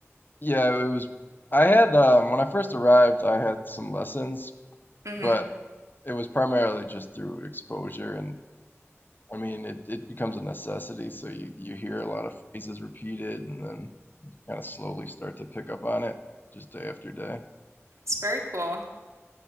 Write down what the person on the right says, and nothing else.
hmm
It's very cool.